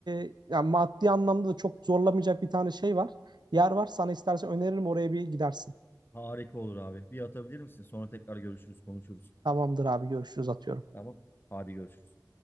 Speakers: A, on the right (about 80°); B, on the left (about 30°).
A: e, ya maddi anlamda da çok zorlamayacak bir tane şey var. Yer var. Sana istersen öneririm oraya bir gidersin.
B: Harika olur abi. Bir atabilir misin? Sonra tekrar görüşürüz, konuşuruz.
A: Tamamdır abi görüşürüz atıyorum.
B: Tamam. Hadi görüşürüz.